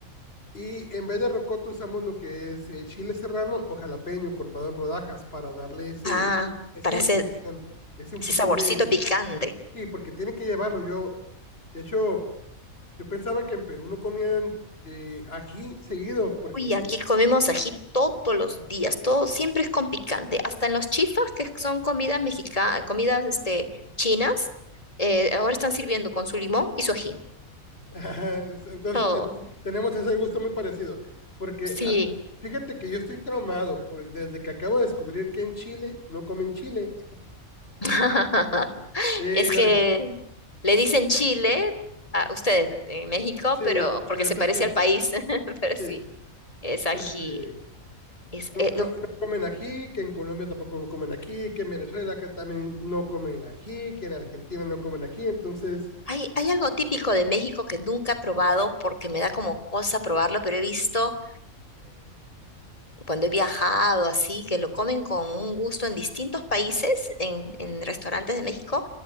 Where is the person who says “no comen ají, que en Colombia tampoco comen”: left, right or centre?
Left